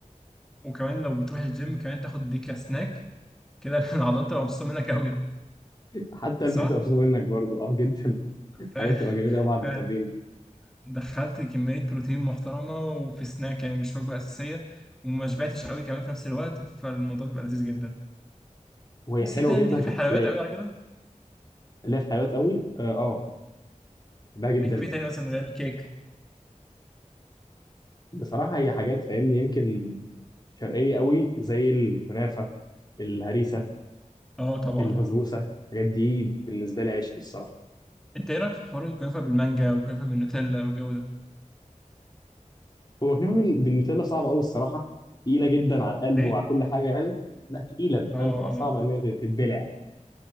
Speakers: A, in the centre; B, on the left (about 30°).
A: وكمان لو بتروح الجيم كمان تاخد دي كسناك كده <laughs> العضلات تبقى مبسوطه منك قوي
B: حتى
A: صح؟
B: المعده مبسوطه منك برضو اه جدا
A: فعلا
B: حاجات بتبقى جميله قوي بعد
A: فعلا
B: التمرين
A: دخلت كمية بروتين محترمة وفي سناك يعني مش وجبة أساسية وما شبعتش قوي كمان في نفس الوقت فالموضوع بيبقى لذيذ جدا
B: وهي
A: بس
B: حلوه
A: أنت يعني
B: جدا
A: ليك في
B: كتحليه
A: حلويات قوي على كده؟
B: اللي هي في حلويات قوي اه آه، بحبها جدا
A: ليك في إيه تاني مثلا غير الكيك؟
B: بصراحه هي حاجات فاهمني يمكن شرقيه قوي زي الكنافه الهريسه
A: أه طبعا
B: البسبوسه الحاجات دي بالنسبه لي عشق الصراحه
A: أنت إيه رأيك في حوار الكنافة بالمانجا والكنافة بالنوتيلا والجو ده؟
B: هو كنافه بال- بالنوتيلا صعبه قوي الصراحه تقيله جدا على القلب
A: إيه؟
B: وعلى كل حاجه يعني لا تقيله انت فاهم
A: أه
B: تبقى
A: أه
B: صعبه ان هي تتبلع